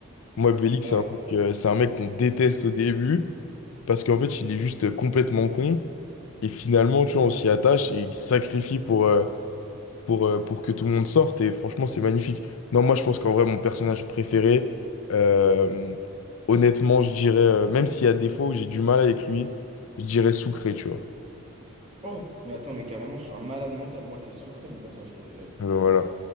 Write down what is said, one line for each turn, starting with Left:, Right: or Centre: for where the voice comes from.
Left: Moi, Bellic,
Right: Ah,
Left: c'est un
Right: ouais.
Left: mec, euh, c'est un mec qu'on déteste au début, parce qu'en fait, il est juste complètement con. Et finalement, tu vois, on s'y attache et il se sacrifie pour, euh, pour, euh, pour que tout le monde sorte. Et franchement, c'est magnifique. Non, moi, je pense qu'en vrai, mon personnage préféré, euh, honnêtement, je dirais, euh, même s'il y a des fois où j'ai du mal avec lui, je dirais Sucré, tu vois.
Right: oh, mais attends, mais carrément, je suis un malade mental. Moi, c'est Sucré, mon personnage préféré.
Left: Alors, voilà.